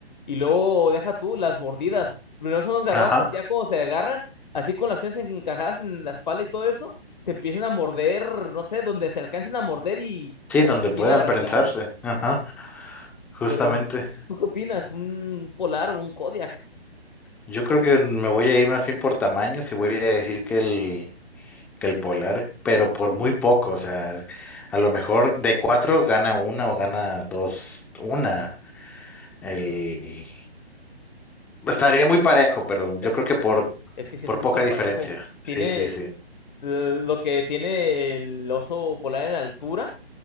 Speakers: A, on the left; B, in the centre.
A: Y luego deja tú las mordidas. Primero son los garrazos,
B: Ajá.
A: ya como se agarran, así con las piernas encajadas en la espalda y todo eso, se empiezan a morder, no sé, donde se alcancen a morder y
B: Sí,
A: como
B: donde
A: que quieren
B: puedan
A: arrancar.
B: prensarse. Ajá. Justamente.
A: Pero, ¿tú qué opinas? ¿Un polar o un Kodiak?
B: Yo creo que me voy a ir más bien por tamaños y voy a decir que el, que el polar, pero por muy poco. O sea, a lo mejor de cuatro gana una o gana dos, una. El... Estaría
A: El Kodiak.
B: muy parejo, pero
A: eh,
B: yo creo
A: está-
B: que por,
A: es que sí
B: por
A: está súper
B: poca diferencia.
A: parejo.
B: Sí,
A: Tiene
B: sí, sí.
A: eh, lo que tiene el oso polar en altura